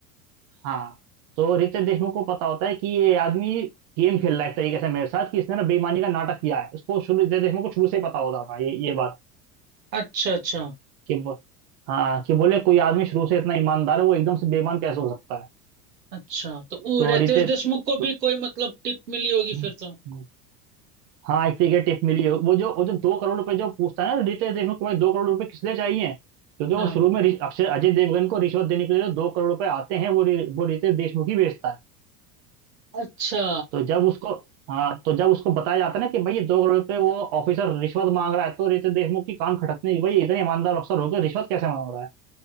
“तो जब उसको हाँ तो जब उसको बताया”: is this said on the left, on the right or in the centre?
Right